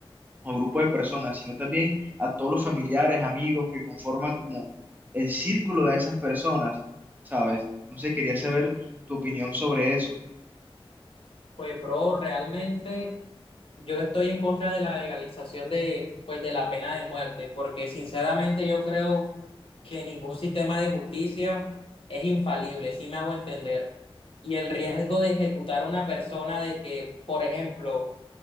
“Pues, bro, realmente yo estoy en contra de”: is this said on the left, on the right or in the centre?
Left